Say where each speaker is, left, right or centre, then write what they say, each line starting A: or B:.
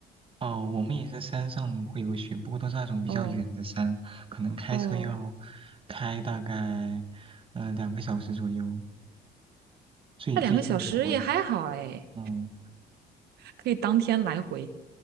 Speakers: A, on the right (about 30°); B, on the right (about 70°).
A: 哦，我们也是山上会有雪，不过都是那种比较远的山，
B: 哦
A: 可能开车要
B: 哦，
A: 开大概呃两个小时左右。最最近的话，
B: 那两个小时也还好哎，
A: 嗯。
B: 可以当天来回。